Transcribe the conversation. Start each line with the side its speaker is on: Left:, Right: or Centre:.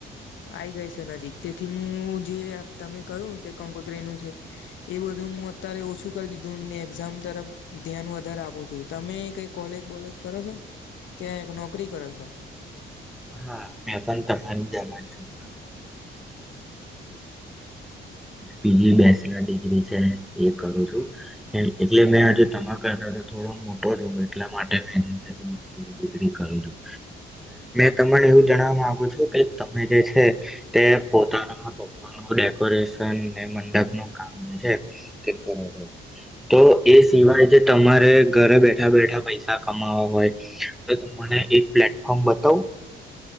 Left: આવી ગઈ છે નજીક, તેથી હું જે તમે કહું કે કંકોત્રી નું છે એ બધું હું અત્યારે ઓછું કરી દીધું ને એક્ઝામ તરફ ધ્યાન વધારે આપું છું. તમે કઈ કૉલેજ બોલેજ કરો છો કે નોકરી કરો છો?
Centre: હા, મેં પણ તમામ જેમજ છુ <unintelligible> બેચલર ડીગ્રી છે એ કરું છું એટલે મે હજુ તમાકા થોડો મોટો છું એટલેજ મેં બેચલર ડીગ્રી કરું છું ત એવું જણવા માંગુ છો કે તમે જે છે તે પોતાના પપ્પા ન ડેકોરેશન ને મંડપનું કામ જે છે તે કરો છો, તો એ સિવાય જે તમારે ઘરે બેઠા બેઠા પૈસા કમાવા હોય, તો તને એક પ્લેટફોર્મ બતાવ?